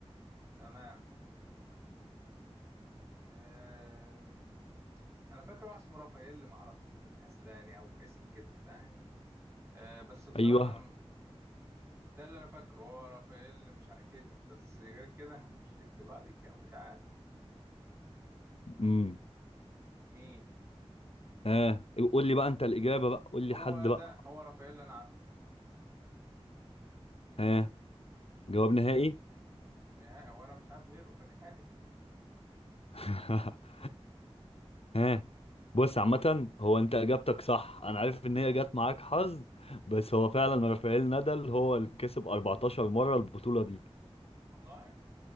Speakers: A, on the right; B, on the left.
A: تمام أم... أنا فاكر واحد اسمه رافائيل ما أعرفش مين أسباني أو اسم كده فاهم أه بس بصراحة
B: ايوه اه
A: ده اللي انا فاكره هو رافائيل مش ع- كده بس غير كده <laughs> مش يكذب عليك يعني مش عارف
B: امم
A: مين
B: ها قول لي بقى انت الإجابة بقى قول لي
A: هو
B: حد بقى
A: ده هو رافائيل اللي انا عارفه
B: ها جواب نهائي
A: نهائي وانا مش عارف غيره فنهائي
B: <laughs> ها بص عامة هو انت اجابتك صح انا عارف ان هي جت معاك حظ بس هو فعلا رافائيل نادال هو اللي كسب 14 مرة البطولة دي
A: <laughs> والله